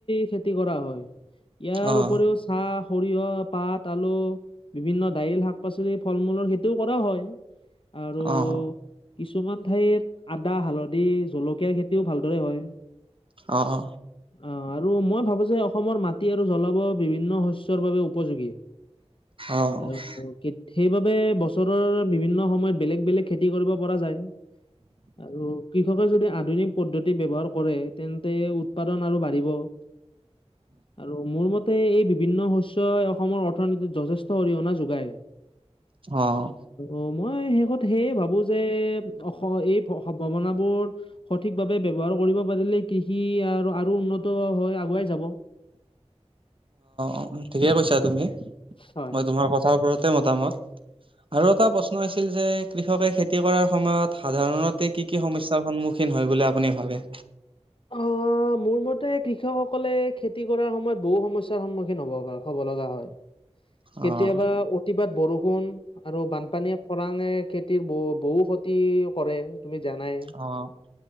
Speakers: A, on the left (about 50°); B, on the right (about 50°).
A: খেতি কৰা হয় ইয়াৰ
B: অ',
A: উপৰিও চাহ সৰিয়হ পাত আলু বিভিন্ন দাইল শাক পাচলি ফল মূলৰ সেইটোও কৰা হয় আৰু
B: অ',
A: কিছুমান ঠাইত আদা হালধি জলকীয়া খৰ খেতিও ভালদৰে হয়
B: অঁ
A: অঁ আৰু মই ভাবো যে অসমৰ মাটি আৰু জলবায়ু বিভিন্ন শস্যৰ বাবে উপযোগী
B: অ',
A: আৰু কিট সেইবাবে বছৰৰ বিভিন্ন সময়ত বেলেগ বেলেগ খেতি কৰিব পৰা যায় আৰু কৃষকৰ যদি। আধুনিক পদ্ধতি ব্যৱহাৰ কৰে তেন্তে উৎপাদন আৰু বাঢ়িব আৰু মোৰ মতে তে এই বিভিন্ন শস্যই অসমৰ অৰ্থনীতিত যথেষ্ট অৰিহণা যোগায়
B: অ', অ
A: অঁ মই শেষত সেয়ে ভাবো যে অ এই সম্ভাৱ বোৰ সঠিকভাৱে ব্যৱহাৰ কৰি পাৰিলে কৃষি আৰু আৰু উন্নত হয় আগুৱাই যাব
B: অ ঠিকে কৈছা তুমি
A: হয়।
B: মই তোমাৰ কথাৰ ওপৰতে মতামত আৰু এটা প্ৰশ্ন হৈছে যে কৃষকে খেতি কৰাৰ সময়ত সাধাৰণতে কি কি সমস্যা সন্মুখীন হয় বুলি আপুনি ভাবে
A: অঁ অঁ মোৰ মতে কৃষকসকলে খেতি কৰাৰ সময়ত বহু সমস্যা সন্মুখীন হ'ব হ'ব লগা হয় কেতিয়াবা
B: অ',
A: অতিবাত বৰষুণ আৰু বানপানীয়ে খৰাং খেতিৰ বহ বহু ক্ষতি কৰে তুমি জানাই
B: অ',